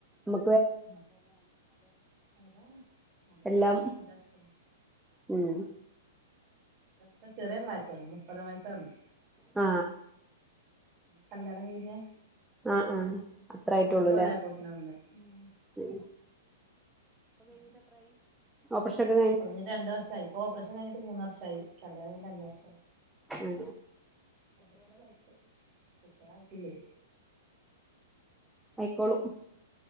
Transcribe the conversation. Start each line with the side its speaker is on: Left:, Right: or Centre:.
Centre: മ
Right: ഉം അതാ അതേപോലെന്നെന്റെ
Centre: എല്ലാം
Right: ഹസ്ബൻഡും
Centre: ഉം
Right: പ ചെറിയ പ്രായത്ത് മുപ്പതാം വയസ്സാന്ന്
Centre: ആ
Right: കല്യാണം കഴിഞ്ഞ
Centre: ആ ആ അത്രായിട്ടാെള്ളുലേ
Right: കൊല്ലായപ്പോത്തിന് വന്ന് ഉം
Centre: ഉം
Right: അത്
Centre: ഓപ്പറേഷൻ ഒക്കെ
Right: കഴിഞ്ഞിട്ട് രണ്ട് വർഷായി ഇപ്പൊ ഓപ്പറേഷൻ കഴിഞ്ഞിട്ട് മൂന്ന് വർഷായി കല്യാണം കഴിഞ്ഞിട്ട് അഞ്ച് വർഷായി
Centre: ഉം
Right: അതന്നെ ലൈഫ് കുട്ട്യളായിട്ട്ല്ലേ
Centre: ആയ്ക്കോളും